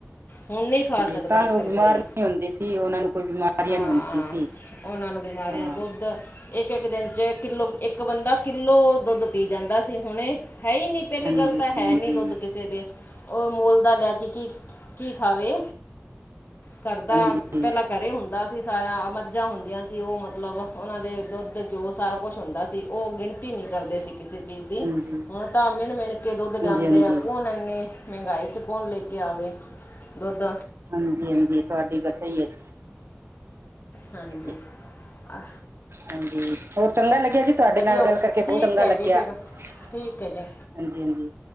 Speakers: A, on the left; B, on the right.
A: ਹੁਣ ਨਹੀਂ ਖਾ ਸਕਦਾ
B: ਜੀ ਤਾਂ
A: ਅੱਜ
B: ਉਹ
A: ਕੱਲ
B: ਬਿਮਾਰ
A: ਕੋਈ,
B: ਨਹੀਂ ਹੁੰਦੇ ਸੀ ਉਹਨਾਂ ਨੂੰ ਕੋਈ ਬਿਮਾਰੀਆਂ
A: ਹਾਂ।
B: ਨਹੀਂ ਹੁੰਦੀ ਸੀ
A: ਉਹਨਾਂ ਨੂੰ ਬਿਮਾਰੀਆਂ
B: ਹਾਂ
A: ਦੁੱਧ ਇੱਕ ਇੱਕ ਦਿਨ 'ਚ ਕਿੱਲੋ ਇੱਕ ਬੰਦਾ ਕਿੱਲੋ ਦੁੱਧ ਪੀ ਜਾਂਦਾ ਸੀ ਹੁਣੇ, ਹੈ ਹੀ ਨਹੀਂ ਪਹਿਲੀ
B: ਹਾਂਜੀ
A: ਗੱਲ ਤਾਂ ਹੈ
B: ਹਾਂਜੀ
A: ਨੀ ਦੁੱਧ ਕਿਸੇ ਦੇ, ਉਹ ਮੋਲ ਦਾ ਲੈ ਕੇ ਕੀ, ਕੀ ਖਾਵੇ, ਕਰਦਾ
B: ਹਾਂਜੀ ਹਾਂਜੀ
A: ਪਹਿਲਾਂ ਘਰੇ ਹੁੰਦਾ ਸੀ ਸਾਰਾ, ਮੱਝਾਂ ਹੁੰਦੀਆਂ ਸੀ ਉਹ ਮਤਲਬ ਉਹਨਾਂ ਦੇ ਦੁੱਧ ਘਿਓ ਸਾਰਾ ਕੁਛ ਹੁੰਦਾ ਸੀ ਉਹ ਗਿਣਤੀ ਨਹੀਂ ਕਰਦੇ ਸੀ ਕਿਸੇ ਚੀਜ ਦੀ,
B: ਹਾਂਜੀ
A: ਹੁਣ ਤਾਂ ਮਿਣ- ਮਿਣ ਕੇ ਦੁੱਧ ਲਿਆਉਂਦੇ
B: ਹਾਂਜੀ
A: ਆ, ਕੌਣ ਇੰਨੇ ਮਹਿੰਗਾਈ 'ਚ ਕੋਣ ਲੈ ਕੇ ਆਵੇ ਦੁੱਧ
B: ਹਾਂਜੀ -ਹਾਂਜੀ, ਤੁਹਾਡੀ ਗੱਲ ਸਹੀ ਹੈ ਜੀ
A: ਹਾਂਜੀ,
B: ਠੀਕ ਹੈ ਜੀ
A: ਆ
B: ਹਾਂਜੀ, ਹੋਰ ਚੰਗਾ ਲੱਗਿਆ ਜੀ ਤੁਹਾਡੇ ਨਾਲ
A: ਓ
B: ਗੱਲ ਕਰਕੇ
A: ਠੀਕ
B: ਬਹੁਤ ਚੰਗਾ
A: ਹੈ
B: ਲੱਗਿਆ।
A: ਜੀ ਫਿਰ
B: ਹਾਂਜੀ-ਹਾਂਜੀ।
A: ਠੀਕ ਹੈ ਜੀ